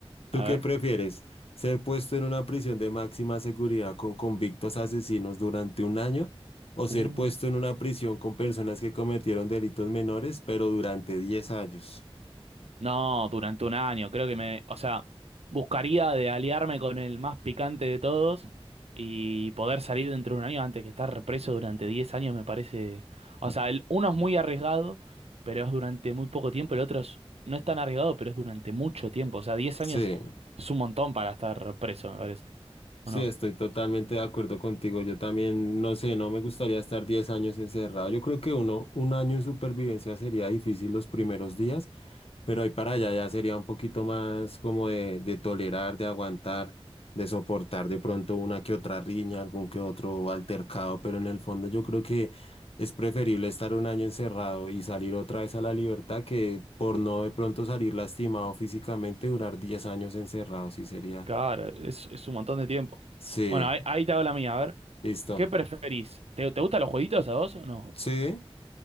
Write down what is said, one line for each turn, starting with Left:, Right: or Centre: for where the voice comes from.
Left: ¿Tú
Right: A
Left: qué
Right: ver.
Left: prefieres? ¿Ser puesto en una prisión de máxima seguridad con convictos asesinos durante un año? ¿O ser
Right: Uh.
Left: puesto en una prisión con personas que cometieron delitos menores, pero durante 10 años?
Right: No, durante un año, creo que me, o sea, buscaría de aliarme con el más picante de todos y poder salir dentro de un año antes que estar preso durante 10 años me parece, o sea, el, uno es muy arriesgado, pero es durante muy poco tiempo, el otro es- no es tan arriesgado, pero es durante mucho tiempo, o sea, diez
Left: Sí.
Right: años es un montón para estar preso, me parece,
Left: Sí,
Right: ¿o no?
Left: estoy totalmente de acuerdo contigo. Yo también, no sé, no me gustaría estar 10 años encerrado. Yo creo que uno, un año en supervivencia sería difícil los primeros días, pero ahí para allá ya sería un poquito más como de, de tolerar, de aguantar, de soportar de pronto una que otra riña, algún que otro altercado, pero en el fondo yo creo que es preferible estar un año encerrado y salir otra vez a la libertad que por no de pronto salir lastimado físicamente, durar 10 años encerrado, sí sería.
Right: Claro, es, es un montón de tiempo.
Left: Sí,
Right: Bueno, ahí, ahí te hago la mía, a ver,
Left: <laughs> listo.
Right: ¿qué preferís? ¿Te, te gustan los jueguitos a vos o no?
Left: Sí,